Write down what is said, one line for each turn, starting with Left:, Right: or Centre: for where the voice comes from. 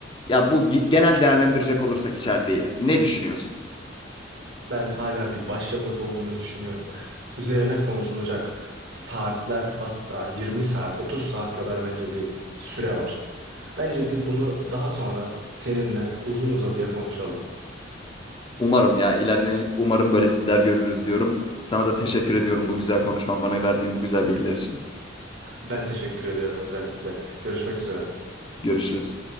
Left: Ya bu ge- genel değerlendirecek olursak içeriği ne düşünüyorsun?
Right: Ben hala bir başyapıt olduğunu düşünüyorum. Üzerine konuşulacak saatler hatta 20 saat, 30 saat kadar bence bir süre var. Bence biz bunu daha sonra seninle uzun uzadıya konuşalım.
Left: Umarım ya ileride umarım böyle diziler görürüz diyorum. Sana da teşekkür ediyorum bu güzel konuşman, bana verdiğin bu güzel bilgiler için.
Right: Ben teşekkür ediyorum özellikle. Görüşmek üzere.
Left: Görüşürüz.